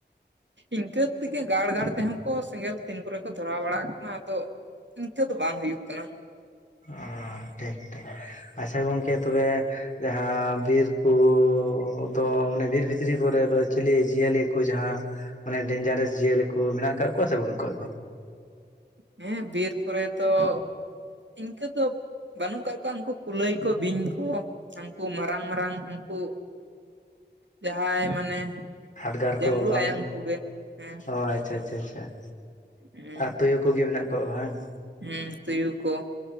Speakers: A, on the right; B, on the left.
A: ᱤᱱᱠᱟᱹ ᱛᱮᱜᱮ ᱜᱟᱲ ᱜᱟᱲ ᱛᱮᱦᱚᱸ ᱠᱚ ᱥᱮᱸᱜᱮᱞ ᱛᱤᱱ ᱠᱚᱨᱮ ᱠᱚ ᱫᱷᱚᱨᱟᱣ ᱵᱟᱲᱟᱜ ᱠᱟᱱᱟ ᱟᱫᱚ ᱤᱱᱠᱟᱹ ᱫᱚ ᱵᱟᱝ ᱦᱩᱭᱩᱜ ᱠᱟᱱᱟ
B: ᱚ ᱴᱷᱤᱠ ᱴᱷᱤᱠ ᱟᱪᱪᱷᱟ ᱜᱚᱢᱠᱮ ᱛᱚᱵᱮ ᱡᱟᱦᱟᱸ ᱵᱤᱨᱠᱩᱻ ᱫᱚ ᱢᱟᱱᱮ ᱵᱤᱨ ᱵᱷᱤᱛᱼ ᱵᱷᱤᱛᱨᱤ ᱠᱚᱨᱮ ᱫᱚ ᱪᱤᱞᱤ ᱡᱤᱭᱟᱹᱞᱤ ᱠᱚ ᱡᱟᱦᱟᱸ ᱢᱟᱱᱮ ᱰᱮᱱᱡᱟᱨᱮᱥ ᱡᱤᱭᱟᱹᱞᱤ ᱠᱚ ᱢᱮᱱᱟᱜ ᱠᱟᱜ ᱠᱚᱣᱟ ᱥᱮ ᱵᱟᱹᱱᱩᱜ ᱠᱟᱜ ᱠᱚᱣᱟ
A: ᱦᱮᱸ ᱵᱤᱨ ᱠᱚᱨᱮ ᱫᱚ ᱤᱱᱠᱟᱹ ᱫᱚ ᱵᱟᱹᱱᱩᱜ ᱠᱟᱜ ᱠᱚᱣᱟ ᱩᱱᱠᱩ ᱠᱩᱞᱟᱹᱭ ᱠᱚ ᱵᱤᱧ ᱠᱚ ᱦᱟᱹᱱᱠᱩ ᱢᱟᱨᱟᱝ ᱢᱟᱨᱟᱝ ᱦᱟᱹᱱᱠᱩ ᱡᱟᱦᱟᱸᱭ ᱢᱟᱱᱮ
B: ᱦᱟᱰᱜᱟᱨ ᱠᱚ
A: ᱡᱟᱢᱬᱳ
B: ᱵᱟᱝ
A: ᱟᱭᱟᱝ ᱠᱚ ᱜᱮ ᱦᱮᱸ
B: ᱚ ᱟᱪᱷᱟ ᱟᱪᱷᱟ ᱟᱪᱷᱟ
A: ᱦᱩᱸ
B: ᱛᱚᱭᱳ ᱠᱚᱜᱮ ᱢᱮᱱᱟᱜ ᱠᱚᱣᱟ ᱦᱟᱝ
A: ᱦᱩᱸ ᱛᱩᱭᱩ ᱠᱚ